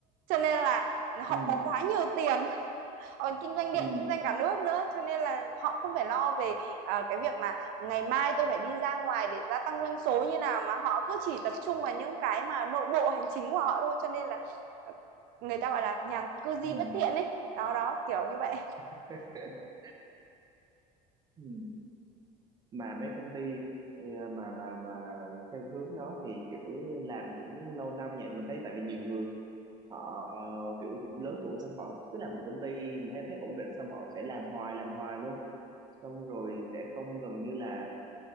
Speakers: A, on the right (about 70°); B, on the right (about 25°).
A: Cho nên là họ
B: ừ
A: có quá nhiều tiền còn kinh doanh điện
B: ừ
A: kinh doanh cả nước nữa cho nên là họ không phải lo về à, cái việc mà ngày mai tôi phải đi ra ngoài để gia tăng doanh số như nào mà họ cứ chỉ tập trung vào những cái mà nội bộ hành chính của họ thôi cho nên là ờ, người ta gọi là nhàn cư di
B: ừ
A: bất thiện ấy đó đó kiểu như vậy
B: <laughs> ừ. mà mấy công ty ờ, mà mà mà theo hướng đó thì kiểu làm cũng lâu năm nhỉ mình thấy tại vì nhiều người họ kiểu cũng lớn tuổi xong họ cứ làm một công ty mà thấy ổn định xong họ sẽ làm hoài làm hoài luôn xong rồi sẽ không gần như là